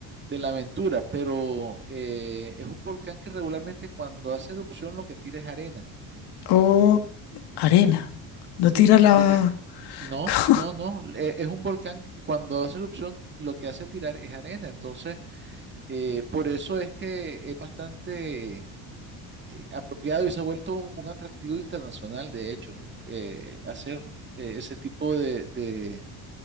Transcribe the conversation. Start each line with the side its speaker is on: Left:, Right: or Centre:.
Right: de la aventura, pero eh, es un volcán que regularmente cuando hace erupción lo que tira es arena.
Left: O arena. No
Right: Sí,
Left: tira la...
Right: lo que... No,
Left: <laughs>
Right: no, no. e- Es un volcán que cuando hace erupción lo que hace tirar es arena. Entonces, eh, por eso es que es bastante eh, apropiado y se ha vuelto un, un atractivo internacional, de hecho, eh, hacer eh, ese tipo de, de-